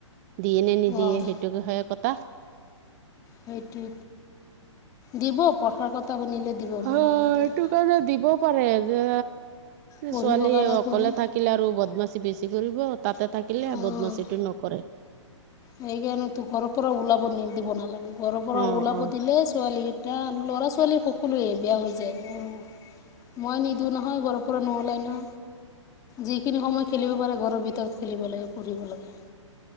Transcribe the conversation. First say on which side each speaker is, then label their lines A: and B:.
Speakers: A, on the right; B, on the left.
A: দিয়ে নে নিদিয়ে
B: অঁ
A: সেইটোকে হয় কথা
B: সেইটো দিব পঢ়াৰ কথা শুনিলে দিব
A: হ
B: মানা
A: সেইটো
B: নিদিয়ে
A: কাৰণে দিব পাৰে যে
B: পঢ়িবৰ
A: ছোৱালী
B: কাৰণে
A: অকলে
B: শুনি
A: থাকিলে আৰু বদমাচি বেছি কৰিব তাতে থাকিলে
B: অঁ
A: বদমাছীটো নকৰে
B: সেইকাৰণে তো ঘৰৰ পৰা ওলাব নিদিব নালাগে ঘৰৰ পৰা
A: অ
B: ওলাব
A: অ
B: দিলে ছোৱালী কেইটা ল'ৰা ছোৱালী সকলোৱে বেয়া হৈ যায় অ মই নিদু নহয় ঘৰৰ পৰা নোলাই ন যিখিনি সময় খেলিব পাৰে ঘৰৰ ভিতৰত খেলিব লাগে পঢ়িব লাগে